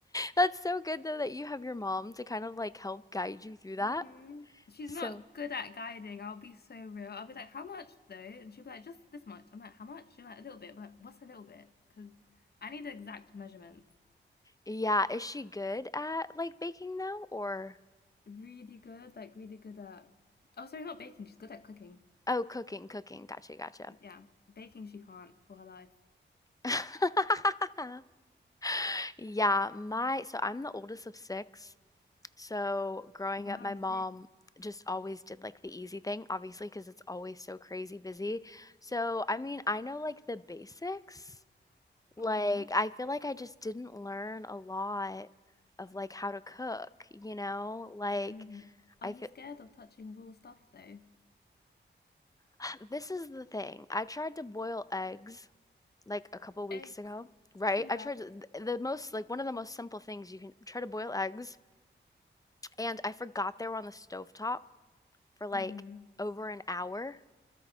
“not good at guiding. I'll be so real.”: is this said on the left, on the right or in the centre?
Left